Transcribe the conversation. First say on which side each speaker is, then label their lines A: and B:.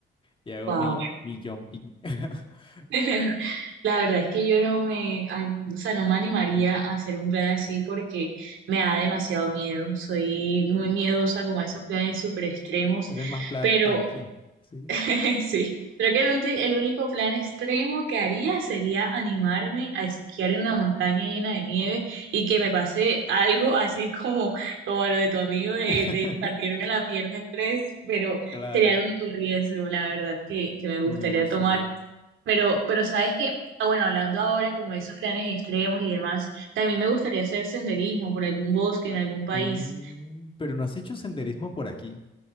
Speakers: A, on the left; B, on the right.
A: y hago
B: Wow.
A: mi, mi jumping. <laughs>
B: <laughs> La verdad es que yo no me, a- o sea, no me animaría a hacer un plan así porque me da demasiado miedo. Soy muy miedosa como a esos planes súper extremos,
A: Pero es más plan
B: pero.
A: tranqui, ¿sí?
B: <laughs> Sí, creo que el, ulti- el único plan extremo que haría sería animarme a esquiar en una montaña llena de nieve y que me pase algo así como, como lo de tu amigo de,
A: <laughs>
B: de partirme la pierna en tres, pero
A: Claro,
B: sería el único riesgo, la verdad, que, que me gustaría
A: no sé.
B: tomar. Pero, pero sabes que, ah, bueno, hablando ahora como de esos planes extremos y demás, también me gustaría hacer senderismo por algún bosque en algún país.
A: Mm, pero no has hecho senderismo por aquí.